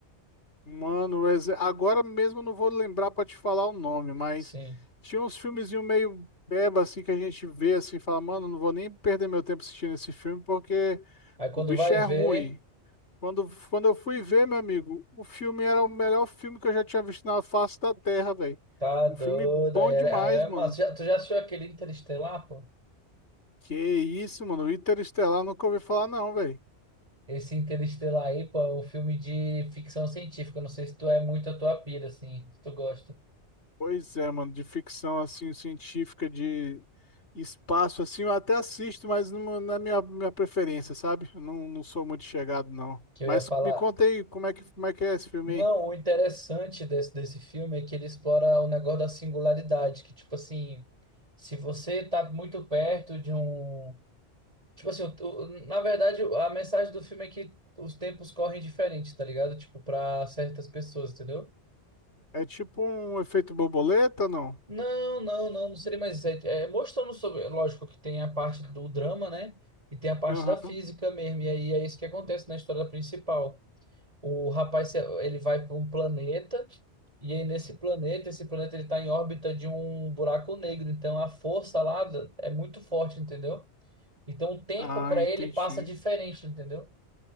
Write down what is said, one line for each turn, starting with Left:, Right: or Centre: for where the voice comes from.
Left: mano, ex- agora mesmo eu não vou lembrar pra te falar o nome, mas
Right: Sim.
Left: tinha uns filmezinhos meio beba assim que a gente vê assim, e fala, mano, não vou nem perder meu tempo assistindo esse filme porque
Right: Aí quando
Left: o bicho
Right: vai
Left: é
Right: ver,
Left: ruim. Quando, quando eu fui ver, meu amigo, o filme era o melhor filme que eu já tinha visto na face da Terra, velho.
Right: tá doido,
Left: Um filme bom
Right: aí é,
Left: demais,
Right: aí é
Left: mano.
Right: massa. Já- tu já assistiu aquele Interestelar, pô?
Left: Que isso, mano. Interestelar, nunca ouvi falar, não, velho.
Right: Esse Interestelar aí, pô, é um filme de ficção científica. Eu Não sei se tu é muito a tua pira, assim, se tu gosta.
Left: Pois é, mano. De ficção, assim, científica, de espaço, assim, eu até assisto, mas não, não é minha, minha preferência, sabe? Eu Não, não sou muito chegado, não.
Right: Que eu
Left: Mas
Right: ia falar.
Left: me conta aí, como é que, como é que é esse filme
Right: Não,
Left: aí?
Right: o interessante desse, desse filme é que ele explora o negócio da singularidade, que, tipo assim, se você tá muito perto de um. Tipo assim, o- o- na verdade, a mensagem do filme é que os tempos correm diferente, tá ligado? Tipo, pra certas pessoas, entendeu?
Left: É tipo um efeito borboleta, não?
Right: Não, não, não, não seria mais isso. É, é mostrando sobre. Lógico que tem a parte do drama, né? E tem a parte
Left: Aham.
Right: da física mesmo. E aí é isso que acontece na história principal. O rapaz, se- ele vai para um planeta. E aí nesse planeta, esse planeta ele está em órbita de um buraco negro. Então a força lá da- é muito forte, entendeu? Então o tempo
Left: Ah,
Right: para
Left: entendi.
Right: ele passa diferente, entendeu?